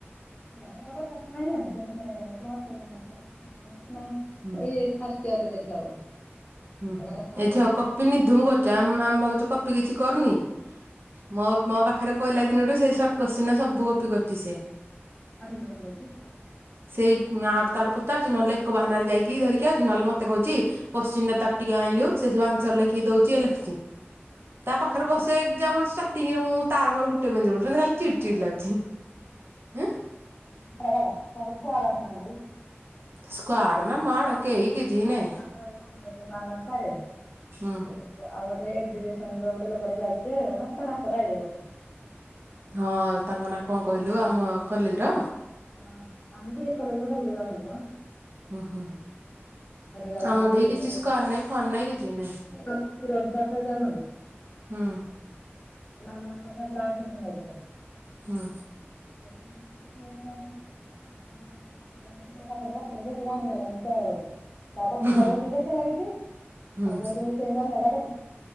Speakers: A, on the left; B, on the right.
A: <unintelligible> ଏଇ ଫାଷ୍ଟ ଆୱର୍
B: ହୁଁ
A: ଦେଖିଲା ବୋଧେ?
B: ହୁଁ-
A: କହିଲା
B: ହୁଁ
A: କଥା ହବ
B: ଏଇଠି
A: ରଖ
B: ଅକ
A: ତ
B: ନିଧୁମ କରୁଚି। ଆମେ ଆମେ ଭାବୁଛୁ କପି କିଛି କରୁନି, ମୋ ମୋ ପାଖରେ ପଇଲା ଦିନଠୁ ସେଇ ସର୍ଟ କୋଶ୍ଚିନ୍‌ ନା ସବୁ କପି କରୁଛି ସେ।
A: <unintelligible> କପି କରୁଚି?
B: ସେଇ ଆଠୁ ତାଠୁ ପଚାରୁଚି, ନହେଲେ ଏକ ବାହାନାରେ ଯାଇକି ଧରିକି ଆଉଚି, ନହେଲେ ମତେ କହୁଚି କୋସ କୋତ୍ସିନ ତାର ଟିକେ ଆଇଁଲୁ, ସେ ସବୁ ଆନ୍ସର ଲେଖିକି ଦଉଛି ଇଏ ଲେଖୁଛି। ତା ପାଖରେ
A: ଆମର
B: ବସେ, ଏକଯାମ ଷ୍ଟାର୍ଟିଂରେ ମୁଁ ତାର ମୋର ଗୁ ଟେ ବେଞ୍ଚରେ ପଡୁଚନ୍ତି, ଖାଲି ଚିଡ
A: ସ୍କ୍ୱାଡ୍
B: ଚିଡ
A: ଆସୁନାହାନ୍ତି
B: ଲାଗୁଛି। ହେଁ
A: <unintelligible> ତମର ସ୍କ୍ୱାଡ୍ ଆସୁନାହାଁନ୍ତି?
B: ସ୍କ୍ୱାଡ୍ ନା ମ୍ୱାଡ କେଇ କିଛି ନାଇଁ
A: ଆମର ଯୋଉ ମାନସ ସାରେ <unintelligible>
B: ହୁଁ।
A: ଆଉ ଗୋଟେ ଏଜୁକସନ ର ଗୋଟେ ଲୋକଟେ ଅଛି ଯେ, ତା ନାକଟା ଏଡେ ବଡ ଟେ।
B: ହଁ ତାଙ୍କ ନାଁ କଣ
A: ତା
B: କହିଲୁ,
A: ନାଁଟା
B: ଆମ
A: ମୁଁ ଜାଣିନି
B: କଲେଜର?
A: ହଁ ଆମେ ତ ଏ କଲେଜର ସବୁ ଯାକ ଆଉସନ୍ତି ମ।
B: ହଁ - ହଁ।
A: ଯାଉଛନ୍ତି
B: ଆମର ଠେଇ କିଛି
A: ଯୋଉ
B: ସ୍କ୍ୱାଡ୍ ନାହିଁ ଫ୍ୱାଡ୍ ନାହିଁ କିଛି ନାଇଁ।
A: କ୍ଷୀର କ୍ଷୀରୋଦ ସାର୍ ଥରେ ଯାଉଛନ୍ତି
B: ହୁଁ।
A: ମନୋଜ ସାର୍ ଖାଲି ଲାଷ୍ଟ୍ ଦିନ ଯାଇଥିଲେ।
B: ହଁ।
A: <unintelligible> ମନୋଜ ସାର୍ ତା ପାଖରେ ବସିଲେ ଯେ, ସେ ଜାଣି ପାଇଲାନି ସ୍କ୍ୱାଡ୍ ବୋଲି। ତାପରେ ସେ
B: ହୁଁ
A: ଦେଖିବା ବେଳକୁ ଲେଖିବାରେ ଲାଗିଛି,
B: ହୁଁ ହୁଁ
A: ତାକୁ ସେଇଠୁ ସେ <unintelligible>